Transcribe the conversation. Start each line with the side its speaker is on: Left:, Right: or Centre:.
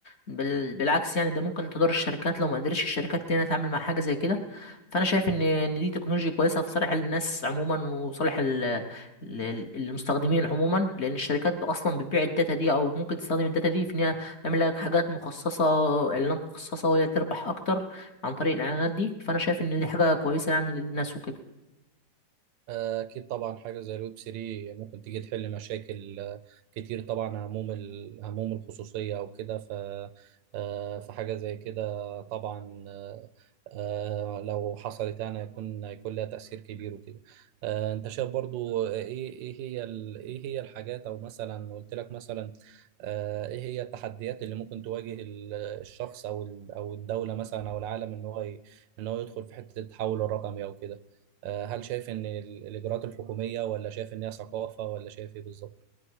Left: بال... بالعكس يعني ده ممكن تضر الشركات لو ما قدرتش الشركات تانية تتعامل مع حاجه زي كده فانا شايف ان ان دي تكنولوجيا كويسه في صالح الناس عموما وصالح ال... ال- المستخدمين عموما لان الشركات اصلا بتبيع الداتا دي او ممكن تستخدم الداتا دي في ان هي تعمل لك حاجات مخصصه اعلانات مخصصه وهي تربح اكتر عن طريق الاعلانات دي فانا شايف ان دي حاجه كويسه يعني للناس وكده
Right: أكيد طبعا حاجة زي الويب 3 ممكن تيجي تحل مشاكل آه، كتير طبعا هموم ال- هموم الخصوصية أو كده ف آه، فحاجة زي كده طبعا آه، آه، لو حصلت يعني هيكون هيكون لها تأثير كبير وكده آه، أنت شايف برضو إيه إيه هي ال- إيه هي الحاجات أو مثلا قلت لك مثلا آه، إيه هي التحديات اللي ممكن تواجه ال- الشخص أو ال- أو الدولة مثلا أو العالم إن هو ي- إن هو يدخل في حتة التحول الرقمي أو كده آه، هل شايف ان ال- الاجراءات الحكوميه ولا شايف ان هي ثقافه ولا شايف ايه بالظبط